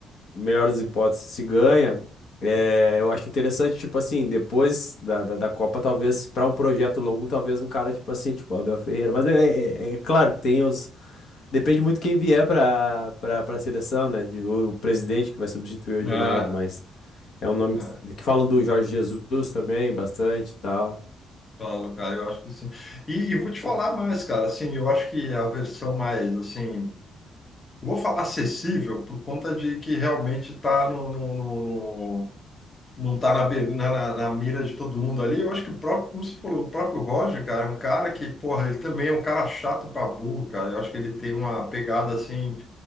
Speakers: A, on the left; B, on the left.
A: melhor das hipóteses, se ganha, é, eu acho interessante, tipo assim, depois da, da, da Copa, talvez, para um projeto longo, talvez um cara, tipo assim, tipo Abel Ferreira. Mas é, é é claro que tem os Depende muito quem vier para para para a seleção, né? De- O, o presidente que vai substituir o Edinaldo,
B: É,
A: mas é um nome
B: é,
A: t- que falam do Jorge Jesus também, bastante e tal.
B: claro, cara, eu acho que sim. E, e vou te falar mais, cara, assim, eu acho que a versão mais, assim, vou falar acessível por conta de que realmente tá no, no, no- no- não tá na, be- na, na- na mira de todo mundo ali. Eu acho que o próprio, como você falou, o próprio Roger, cara, é um cara que, porra, ele também é um cara chato pra burro, cara. Eu acho que ele tem uma pegada, assim,